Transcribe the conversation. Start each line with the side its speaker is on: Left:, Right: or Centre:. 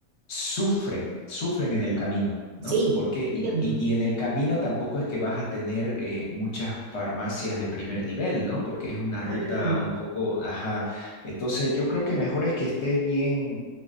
Left: sufren, sufren en el camino, ¿no?
Right: sí,
Left: Porque, y,
Right: entiendo.
Left: y- y en el camino tampoco es que vas a tener eh, muchas farmacias de primer nivel, ¿no? Porque es una ruta
Right: Ah,
Left: un poco, ajá. Entonces yo creo que mejor es que estés bien